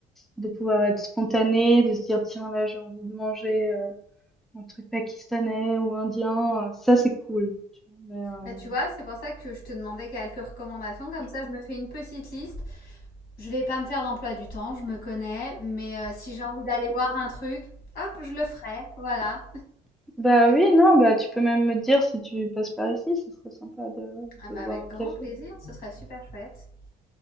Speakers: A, in the centre; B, on the left.
A: de pouvoir être spontané, de se dire tiens là j'ai envie de manger euh, un truc pakistanais ou indien, euh, ça c'est cool. tu vois. Mais, euh,
B: Bah, tu vois, c'est pour ça que je te demandais quelques recommandations, comme ça je me fais une petite liste. Je vais pas me faire d'emploi du temps, je me connais, mais euh, si j'ai envie d'aller voir un truc, hop, je le ferai, voilà.
A: bah oui, non, bah tu peux même me dire si tu passes par ici, ce serait sympa de,
B: Ah
A: de
B: bah,
A: boire
B: avec
A: un
B: grand
A: café.
B: plaisir, ce serait super chouette.